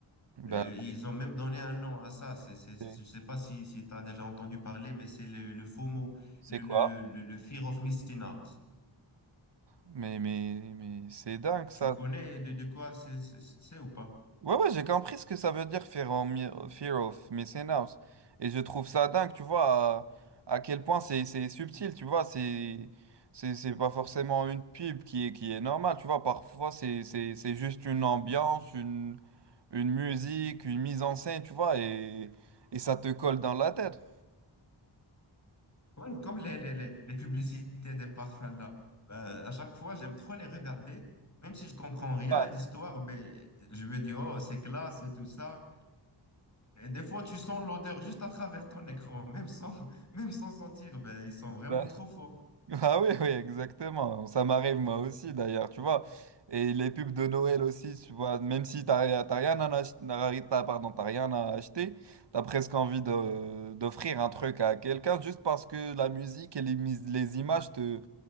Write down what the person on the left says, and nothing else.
Et ils ont même donné un nom à ça. C'est, c'est- c'est-
je ne sais pas si, si tu as déjà entendu parler, mais c'est le, le FOMO,
le,
le, le, le Fear of Missing Out.
Tu
connais de, de quoi c'est c'est- c'est ou pas?
Ouais, comme les, les, les, les publicités des parfums là. Ben, à chaque fois, j'aime trop les regarder. Même si je comprends rien
à l'histoire, mais je me dis, oh, c'est classe et tout ça. Et des fois, tu sens l'odeur juste à travers ton écran, même sans, <laughs> même sans sentir. Ben, ils sont vraiment
trop
forts.